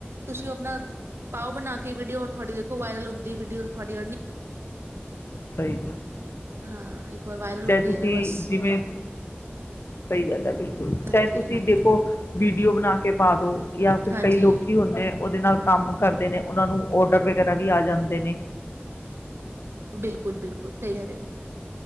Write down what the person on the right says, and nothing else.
ਤੁਸੀਂ ਆਪਣਾ ਪਾਓ ਬਣਾ ਕੇ ਵੀਡੀਓ ਉਹ ਵਾਇਰਲ ਹੁੰਦੀ ਵੀਡੀਓ ਤੁਹਾਡੀ ਅ
ਹਾਂ ਵਾਰ ਵਾਇਰਲ
ਹੁੰਦੇ
ਰਿਹਾ ਬਸ
ਹਾਂਜੀ
ਹਾਂਜੀ
ਹਾਂਜੀ
ਬਿਲਕੁਲ। ਬਿਲਕੁਲ। ਸਹੀ ਕੈ ਰਹੇ ਓ।